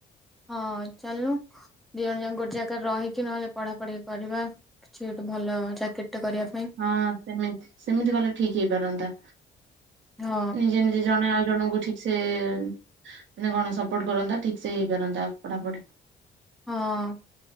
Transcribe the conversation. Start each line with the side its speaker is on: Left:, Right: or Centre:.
Centre: ହଁ ଚାଲନୁ। ଦି ଜଣ ଯାଙ୍କ ଗୋଟେ ଜାଗାରେ ରହିକି ନହେଲେ ପଢା ପଢି କରିବା କିଛି ଗୋଟେ ଭଲ ଚାକିରି ଟେ କରିବା। ପାଇଁ
Right: ହଁ ସେମିତ୍ ସେମିତି କଲେ ଠିକ ହେଇପାରନ୍ତା।
Centre: ହଁ
Right: ନିଜେ ନିଜେ ଜଣେ ଆଉ ଜଣଙ୍କୁ ଠିକ୍ ସେ ମାନେ କଣ ସପୋର୍ଟ କରନ୍ତା ଠିକ ସେ ହେଇପାରନ୍ତା ପଢାପଢି।
Centre: ହଁ।